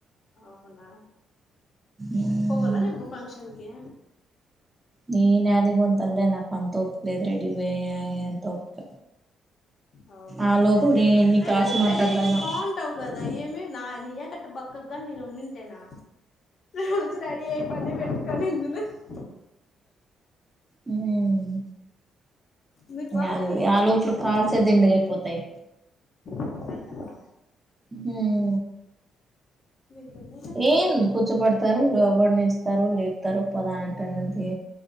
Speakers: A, on the left; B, on the right.
A: అవునా
B: మ్మ్
A: పోవాల రేపు ఫంక్షన్ కి
B: నేను యాడికిపోను తల్లి నాకు అంత ఓపిక రెడీ అయి అంత ఓపిక
A: అవునా
B: ఆ లోపు నేను ఎన్ని
A: అయినా
B: కాల్స్
A: నువ్వు
B: మాట్లాడతానో
A: రెడీ అయితే బాగుంటావు కదా ఏమి నా నీయకట్టా బక్కగా నేను అంతేనా రోజు రెడీ అయి పనే పెట్టుకోను నేను కూడా
B: హ్మ్
A: మీరు బాగా
B: అది
A: రెడీ
B: ఆ
A: అవ్వచ్చబ్బా
B: ఆలోపల కాల్స్ ఏ దండిగా అయిపోతాయి
A: అట్లంటవా
B: హ్మ్
A: నిజమేలే
B: ఏంది కూర్చోపెడతారు లోబడి నుంచుతారు లేపుతారు పద అంటారు గంతే